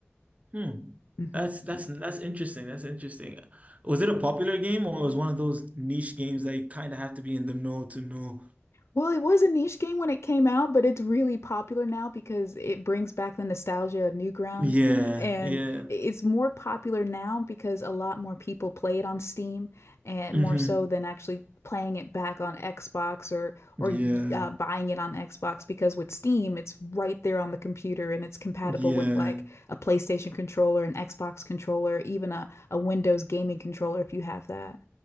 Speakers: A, on the right (about 30°); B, on the left (about 80°).
A: Hmm.
B: Mm-hmm.
A: That's that's that's interesting. That's interesting. Was it a popular game or was one of those niche games that you kind of have to be in the know to know?
B: Well, it was a niche game when it came out, but it's really popular now because it brings back the nostalgia of Newgrounds.
A: Yeah,
B: And
A: yeah.
B: it's more popular now because a lot more people play it on Steam and
A: hmm
B: more so than actually playing it back on Xbox or or
A: Yeah,
B: uh, buying it on Xbox because with Steam, it's right there on the computer and it's compatible
A: yeah,
B: with like a PlayStation controller, an Xbox controller, even a, a Windows gaming controller if you have that.